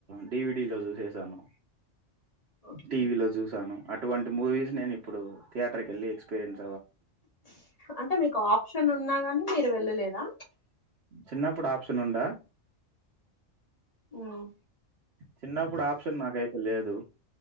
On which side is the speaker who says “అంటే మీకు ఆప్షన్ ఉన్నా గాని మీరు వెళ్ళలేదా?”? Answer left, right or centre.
Left